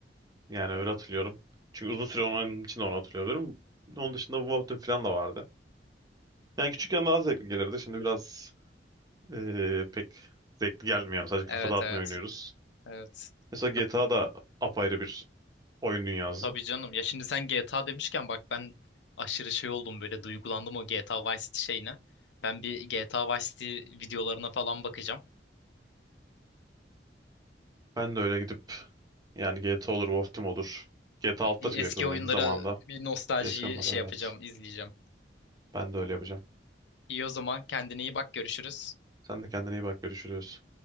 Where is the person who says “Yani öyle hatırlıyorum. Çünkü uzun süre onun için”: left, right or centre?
Right